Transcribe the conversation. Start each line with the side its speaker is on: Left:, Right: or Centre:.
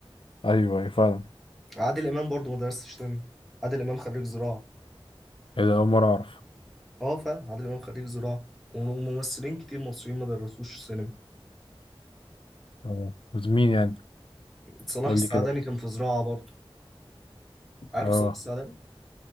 Left: ايوه ايوه فعلا
Centre: عادل امام برضو ما درسش سينما عادل امام خريج زراعة
Left: ايه ده اول مره اعرف
Centre: اه فعلا عادل امام خريج زراعة وممثلين كتير مصريين ما درسوش سينما
Left: اه مين يعني
Centre: صلاح
Left: قول
Centre: السعداني
Left: لي كده
Centre: كان في زراعة برضو عارف
Left: اه
Centre: صلاح السعداني